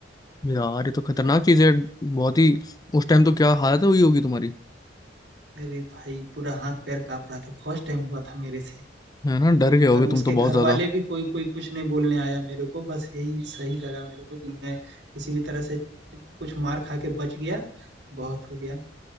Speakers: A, on the left; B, on the right.
A: यार ये तो खतरनाक चीज है बहुत ही उस टाइम तो क्या हालत हुई होगी तुम्हारी
B: अरे भाई! पूरा हाथ-पैर काँप रहा था, फर्स्ट टाइम हुआ था मेरे से
A: है ना डर गए होगे
B: और उसके
A: तुम तो
B: घरवाले
A: बहुत ज्यादा
B: भी कोई कोई कुछ नहीं बोलने आया मेरे को, बस यही सही लगा मेरे को कि मैं किसी भी तरह से कुछ मार खा के बच गया, बहुत हो गया।